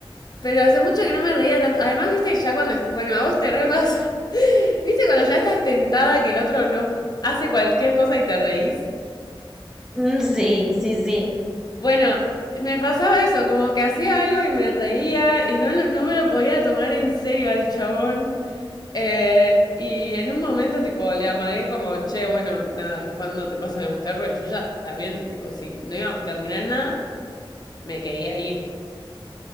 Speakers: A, on the left (about 45°); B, in the centre.
A: Pero hace mucho que no me reía tanto. Además, viste, ya cuando. Bueno, a vos te re pasa. <laughs> ¿Viste cuando ya estás tentada que el otro no hace cualquier cosa y te reís?
B: Mm, Sí, sí, sí.
A: Bueno, me pasaba eso, como que hacía algo y me reía y no, no me lo podía tomar en serio al chabón. Eh, y en un momento, tipo, le amagué como, che, bueno, nada, ¿cuándo te pasan a buscar? Porque yo ya también, tipo, si no iba a terminar nada, me quería ir.